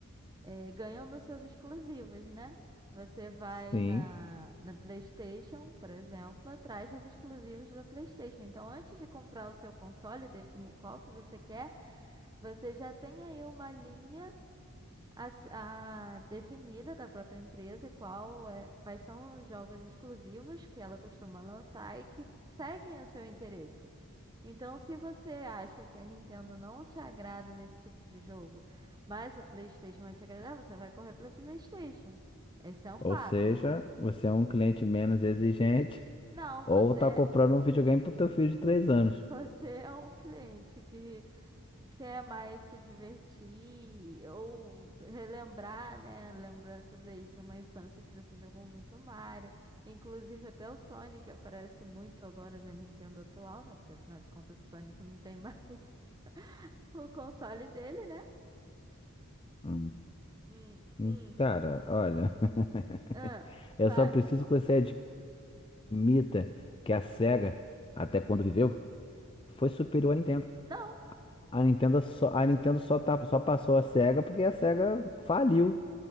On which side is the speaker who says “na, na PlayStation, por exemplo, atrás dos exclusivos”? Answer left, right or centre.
Right